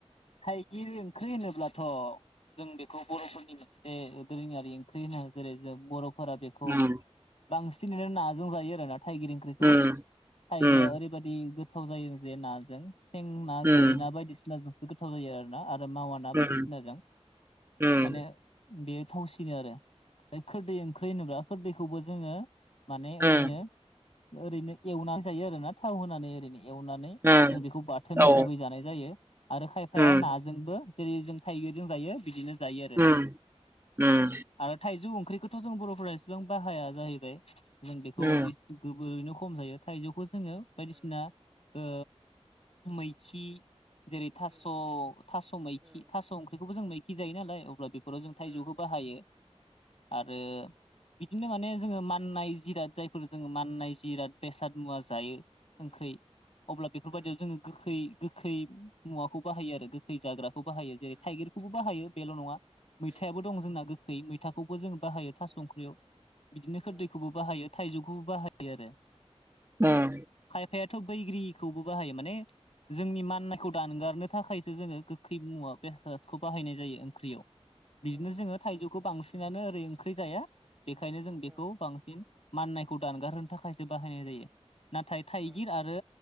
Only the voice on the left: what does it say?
थाइगिर ओंख्रि होनोब्लाथ' जों बेखौ बर'फोरनि मोनसे दोरोङारि ओंख्रि होनो जेरै जों बर'। फोरा बेखौ
बांसि सिनो नाजों जायो आरोना। थाइगिर ओंख्रिखौ
थाइगिरा
ओरैबायादि गोथाव जायो जे नाजों। हेन्ना ना
गुरि ना। <inaudible> गोथाव जायो आरो ना। आरो मावा ना बायदिसिनाजों
माने। बे थावसिनो आरो खोरदै ओंख्रि होनोब्ला खोरदैखौबो जोङो माने ओरैनो
ओरैनो एवनानै जायो आरोना थाव होनानै ओरैनो। एवनानै
जों बेखौ बाथोन
हिसाबै जानाय जायो आरो खायफाया
नाजोंबो जेरै जों थाइग्रिजों जायो बिदिनो जायो आरो,
आरो थाइजौ ओंख्रिखौथ' जों बर'फोरा एसेबां बाहाया जाहैबाय जों बेखौ
इ गोबोरैनो खम जायो थाइजौखौ जोङो बायदिसिना ओ मैखि जेरै थास' थास' मैखि थास' ओंख्रिखौबो जों मै खि जायो नालाय अब्ला बे फोराव जों थाइजौखौ बाहायो आरो बिदिनो माने जोङो माननाय जिराद जायफोर जोङो माननाय जिराद बेसाद मुवा जायो ओंखोरै अब्ला बेफोरबायदियाव जोङो गोखै खै मुवाखौ बाहायो आरो गोखै जाग्रा खौ बाहायो जेरै थाइगिरखौबो बाहायो बेल' नङा मैथायाबो दं जोंना गोखै मैथ थाखौबो जोङो बाहायो थास संख्रियाव बिदिनो खोददैखौबो बाहायो थाइजौखौबो बाहायो आरो
फायाथ' बैग्रिखौबो बाहायो माने जोंनि माननायखौ दानगारनो थाखायसो जोङो गोखै मुवा बेसादखौ बाहायनाय जायो ओंख्रियाव बिदिनो जोङो थाइजौखौ बांसिनानो ओरै ओंख्रि जाया बेखायनो जों बेखौ बांसिन माननायखौ दानगार होनो थाखायसो बाहायनाय जायो नाथाय थाइगिर आरो